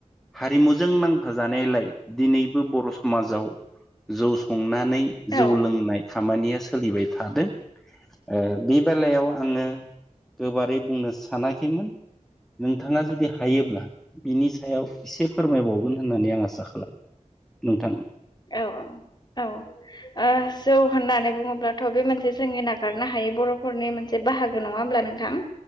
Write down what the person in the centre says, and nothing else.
हारिमुजों नांफाजानायलाय दिनैबो बर' समाजाव जौ संनानै
जौ लोंनाय खामानिया सोलिबाय थादों ओ बे बेलायाव आङो गोबारै बुंनो सानाखैमोन नोंथाङा जुदि हायोब्ला बिनि सायाव एसे फोरमायबावगोन होननानै आं आसा खालामो नोंथां।